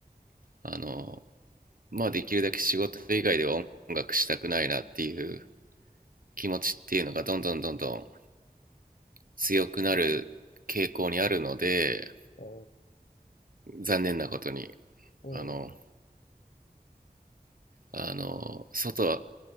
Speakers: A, on the right; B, on the left.
A: あの、まあ、できるだけ仕事以外では音楽したくないなっていう気持ちっていうのがどんどんどんどん強くなる傾向にあるので、
B: お
A: 残念なことに、
B: ーお
A: あの、あの、外、